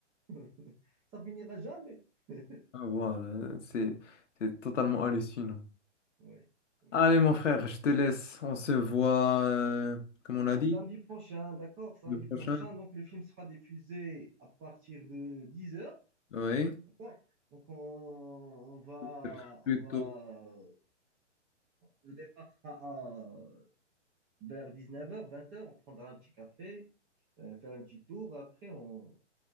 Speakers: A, on the right; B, on the left.
A: <laughs> ça finira jamais. <laughs>
B: Voilà, c'est c'est totalement hallucinant.
A: Oui, oui.
B: Allez, mon frère, je te laisse. On se voit, euh, comme on a
A: Un
B: dit,
A: samedi prochain, d'accord, samedi
B: le prochain.
A: prochain. Donc, le film sera diffusé à partir de 10 heures,
B: Oui,
A: d'accord? Donc, on, on va,
B: peut-être plus
A: on va,
B: tôt.
A: le départ sera à- vers 19 heures, 20 heures. On prendra un petit café, euh, faire un petit tour. Après, on,